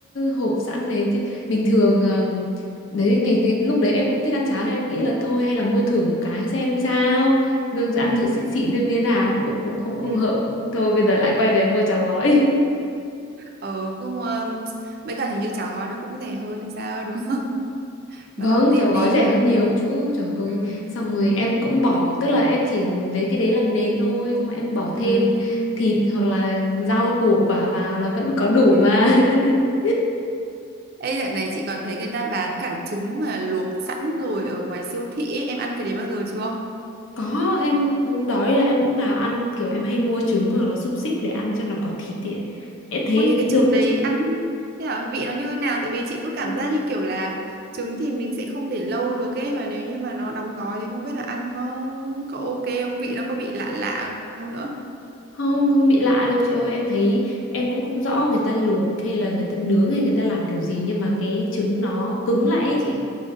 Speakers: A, on the left; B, on the right.
A: hộp sẵn đấy chứ bình thường ờm, đấy ngày ngày- lúc đấy em cũng thích ăn cháo nên em nghĩ là thôi hay là mua thử một cái xem sao rồi ăn
B: ừ
A: thử xịn xịn xem như thế nào cũng cũng không không
B: ừ
A: hợp thôi bây giờ lại quay về mua cháo gói <laughs>
B: ờ cứ mua mấy cả hình như cháo gói nó cũng rẻ hơn hay sao ấy, đúng không <laughs>
A: vâng
B: mà nó tiện
A: cháo gói
B: ý
A: rẻ hơn nhiều
B: ừ
A: chứ trời ơi
B: ừ
A: xong rồi em cũng bỏ tức là em chỉ lấy cái đấy làm nền thôi xong rồi em bỏ
B: ừ
A: thêm thịt hoặc là rau củ quả vào là vẫn có đủ
B: ừ
A: mà <laughs>
B: Ê, dạo này chị còn thấy người ta bán cả trứng mà luộc sẵn rồi ở ngoài siêu thị ấy. Em ăn cái đấy bao giờ chưa?
A: Có, em cũng đói là em cũng vào ăn kiểu em hay mua trứng hoặc là xúc xích để ăn cho nó có thịt ấy. Em thấy
B: Ô, nhưng cái trứng
A: được đó
B: đấy
A: chị.
B: ăn thế nào vị nó như thế nào tại vì chị cứ cảm
A: Nó
B: giác như kiểu là trứng thì mình sẽ không để lâu được ấy mà nếu như mà nó đóng gói thì không biết là ăn có có ok không vị nó có bị lạ lạ không nữa
A: không không bị lạ đâu chị ơi, em thấy em cũng không rõ người ta luộc hay là người ta nướng hay người ta làm kiểu gì nhưng mà cái trứng nó cứng lại ấy chị.